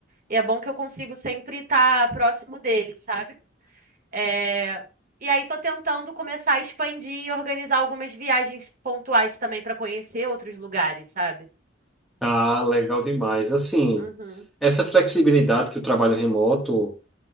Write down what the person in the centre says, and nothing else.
Ah, legal demais. Assim,
essa flexibilidade que o trabalho remoto